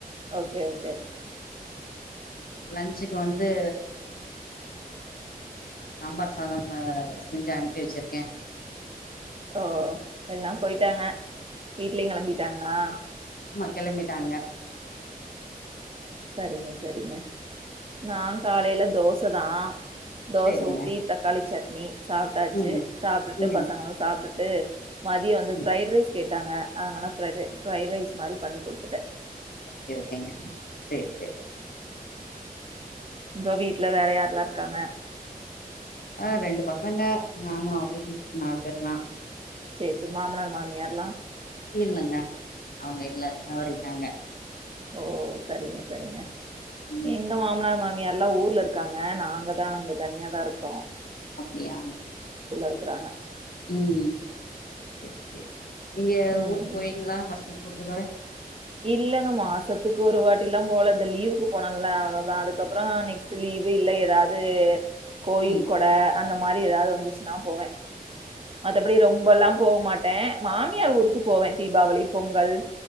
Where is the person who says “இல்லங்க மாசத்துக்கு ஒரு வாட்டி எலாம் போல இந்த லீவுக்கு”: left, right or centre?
Right